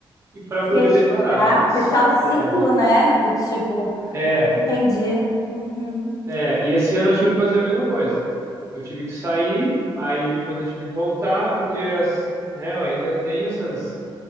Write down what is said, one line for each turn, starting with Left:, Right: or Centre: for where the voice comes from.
Right: e para poder
Left: Fechar,
Right: declarar. Esse
Left: fechar o ciclo,
Right: é,
Left: né? Do tipo.
Right: é
Left: Entendi. Uhum,
Right: É, e esse ano eu tive que fazer a mesma coisa. Eu tive que sair, aí depois eu tive que voltar, porque as, né, eu ainda tenho essas,